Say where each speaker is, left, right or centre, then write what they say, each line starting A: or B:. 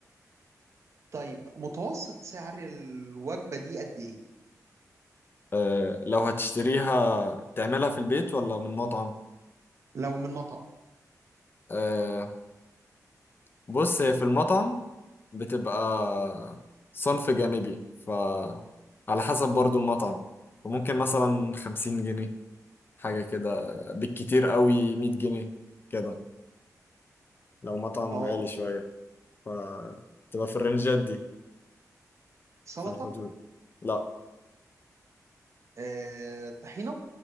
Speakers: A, on the right; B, on the left.
A: طيب متوسط سعر الوجبه دي قد ايه
B: آه، لو هتشتريها تعملها في البيت ولا من مطعم
A: لو من مطعم
B: آه، بص هي في المطعم بتبقى صنف جانبي فعلى حسب برضو المطعم فممكن مثلا خمسين جنيه حاجة كده بالكتير قوي مية جنيه كده لو مطعم
A: اه
B: غالي شوية فتبقى في الرنجات دي
A: سلطه
B: في الحدود لا
A: آه، طحينه